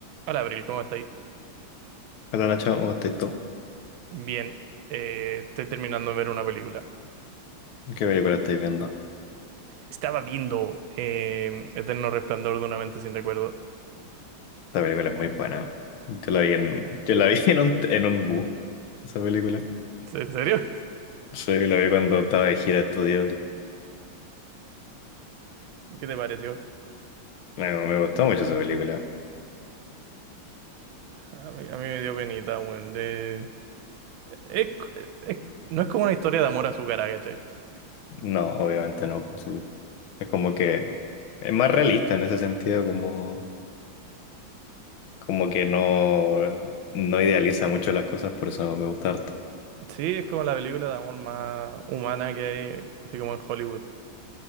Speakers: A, on the right; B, on the left.
A: Hola, Abril, ¿cómo estáis?
B: Hola Nacho, ¿cómo estáis tú?
A: Bien, eh, estoy terminando de ver una película.
B: ¿Qué película estáis viendo?
A: Estaba viendo eh, Eterno Resplandor de una mente sin recuerdo.
B: Esta película es muy buena. Yo la vi en, <laughs> yo la vi <laughs> en un, en un bus, esa película.
A: ¿En serio?
B: Sí, la vi cuando estaba de gira de estudio.
A: <laughs> ¿Qué te pareció?
B: Me, me gustó mucho esa película.
A: A mí, a mí me dio penita, weón. Eh, es- es- no es como una historia de amor azucarada, ¿cachai?
B: No, obviamente no. pues sí. Es como que es más realista en ese sentido, como, como que no, no idealiza mucho las cosas, por eso me gusta harto.
A: Sí, es como la película de amor más humana que hay, así como en Hollywood.